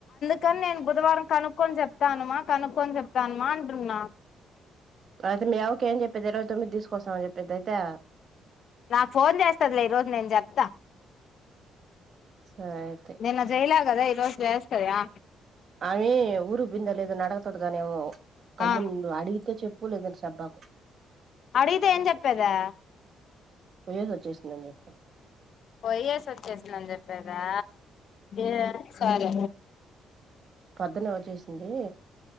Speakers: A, on the left; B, on the right.
A: కాని నేను బుధవారం కనుక్కొని చెప్తాను మా కనుక్కొని చెప్తాను మా అంటున్నా
B: అయితే మీ అవ్వకి ఏం చెప్పేది ఇరవై తొమ్మిది తీసుకొస్తాను అని చెప్పేద అయితే
A: నాకు ఫోన్ చేస్తదిలే ఈరోజు నేను చెప్తా
B: సరే అయితే
A: నిన్న జేయలే దా ఈరోజు జేస్తది ఆ
B: ఆమీ ఊరూ పోయిందా లేదా అని అడుగుతాది గానేమో గమ్ము
A: ఆ
B: నుండు అడిగితే చెప్పు లేదంటే చెబ్బకు
A: అడిగితే ఏం చెప్పేదా
B: పోయేసి వచ్చేసిందని చెప్పు
A: పోయేససోచ్చేసిన అని చెప్ కదా ఏం సర్
B: పొద్దున్నే వచ్చేసింది